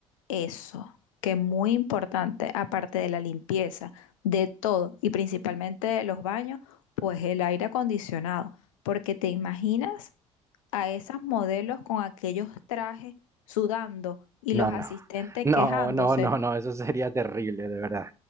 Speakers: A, on the left (about 75°); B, on the right (about 15°).
A: eso, que es muy importante, aparte de la limpieza, de todo, y principalmente de los baños, pues el aire acondicionado, porque te imaginas a esas modelos con aquellos trajes sudando y
B: No,
A: los
B: no,
A: asistentes
B: <laughs> no,
A: quejándose.
B: no, no, no, eso sería terrible, de verdad.